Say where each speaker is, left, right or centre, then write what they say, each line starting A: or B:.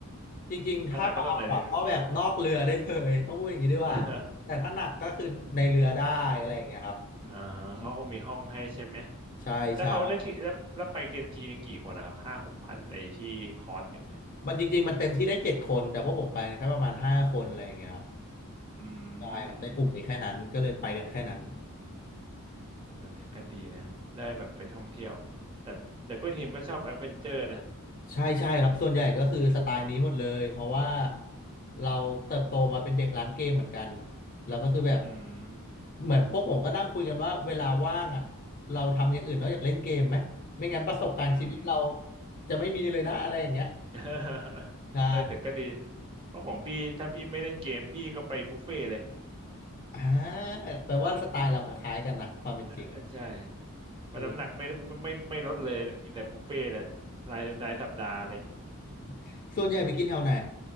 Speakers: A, on the left; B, on the right.
A: จริงๆถ้าเบาอะก็แบบนอกเรือได้เลยต้องพูดอย่างนี้ดีกว่าแต่ถ้าหนักก็คือในเรือได้อะไรอย่างเงี้ยครับ
B: ถ้าหนักก็ต้องในเรือ <laughs> อ่าเขาคงมีห้องให้ใช่ไหม
A: อืมใช่ใช่
B: แล้วเขาได้กี่แล้วแล้วไปกันทีนึงกี่คนนะครับห้าหกพันไอที่คอร์สหนึ่งเนี่ย
A: มันจริงๆมันเต็มที่ได้เจ็ดคนแต่พวกผมไปแค่ประมาณห้าคนอะไรอย่างเงี้ยครับ
B: อื
A: ใช่ครับในกลุ่มมีแค่นั้นก็เลยไปกันแค่นั้น
B: มอืมอืมเออแต่ก็ดีนะ ได้แบบไปท่องเที่ยว แต่แต่เพื่อนทีมก็ชอบแอดเวนเจอร์นะ
A: ใช่ใช่ครับส่วนใหญ่ก็คือสไตล์นี้หมดเลยเพราะว่าเราเติบโตมาเป็นเด็กร้านเกมเหมือนกันแล้วก็คือแบบ
B: อืม
A: เหมือนพวกผมก็นั่งคุยกันว่าเวลาว่างอ่ะเราทำอย่างอื่นนอกจากเล่นเกมไหมไม่งั้นประสบการณ์ชีวิตเรา
B: อืม
A: จะไม่มีเลยนะอะไรอย่างเงี้ย
B: <laughs>
A: ใช่
B: เออแต่ก็ดี เพราะของพี่ถ้าพี่ไม่เล่นเกมพี่ก็ไปบุฟเฟ่ต์เลย
A: อ่าแปลว่าสไตล์เราคล้ายๆกันนะความเป็นจริง
B: เออใช่เพราะน้ำหนักไม่ไม่ไม่ไม่ลดเลยนะกินแต่บุฟเฟ่ต์เลยรายรายสัปดาห์เลย
A: เออ <laughs> ส่วนใหญ่ไปกินแถวไหน